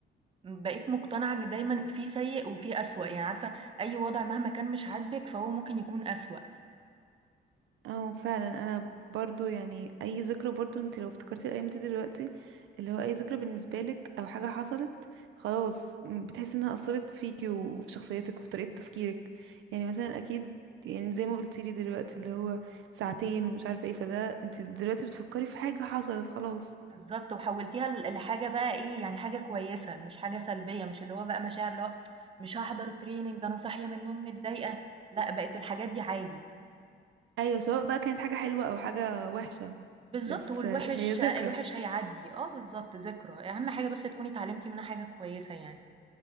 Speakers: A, on the right (about 30°); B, on the right (about 75°).
A: بقيت مقتنعة إن دايمًا في سيء وفي أسوأ، يعني عارفة أي وضع مهما كان مش عاجبِك فهو ممكن يكون أسوأ.
B: اه فعلا انا برضو يعني اي ذكرى برضو انت لو افتكرتي الايام دي دلوقتي اللي هو اي ذكرى بالنسبه لك او حاجه حصلت خلاص م، بتحسي انها اثرت فيكي وفي شخصيتك وفي طريقه تفكيرك يعني مثلا اكيد يعني زي ما قلتي لي دلوقتي اللي هو ساعتين ومش عارفه ايه فده انت دلوقتي بتفكري في حاجه حصلت خلاص
A: بالضبط، وحوّلتيها ل لحاجة بقى إيه، يعني حاجة كويسة مش حاجة سلبية، مش اللي هو بقى مشاعر اللي هو مش هاحضر training أنا صاحية من النوم متضايقة، لأ بقت الحاجات دي عادي.
B: ايوه سواء بقى كانت حاجه حلوه او حاجه وحشه
A: بالضبط،
B: بس
A: والوِحِش
B: هي ذكرى
A: الوِحِش هيعدّي، آه بالضبط، ذكرى، أهم حاجة بس تكوني اتعلمتِ منها حاجة كويسة يعني،